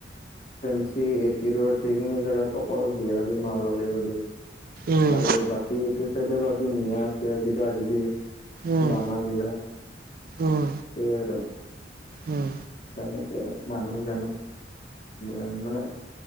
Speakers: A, on the left; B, on the right.
A: ফেঞ্চি এট সেইখিনি জোগাত অকল বিহাৰী, মাৰোৱালীৰ বাবে
B: উম
A: আৰু বাকী এইটো চাইড ভাবি মিয়া, চিয়া, কিবা কিবি
B: উম
A: বাঙাল বিলা
B: উম
A: সেই
B: উম
A: তেনেকে মানুহ জানো এ মানে,